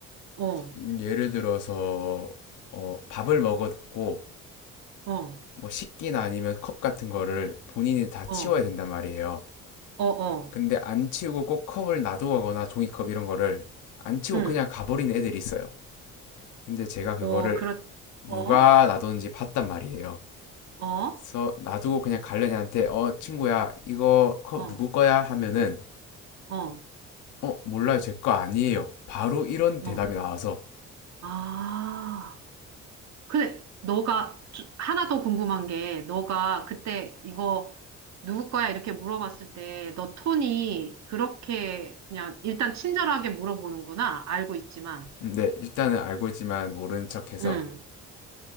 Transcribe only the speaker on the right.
어,
어,
어,
어, 어,
응,
어, 그렇,
어,
어,
어,
어,
어,
아. 근데 너가 주- 하나 더 궁금한 게 너가 그때 이거 누구 거야? 이렇게 물어봤을 때 너 톤이 그렇게 그냥 일단 친절하게 물어보는구나. 알고 있지만.
응.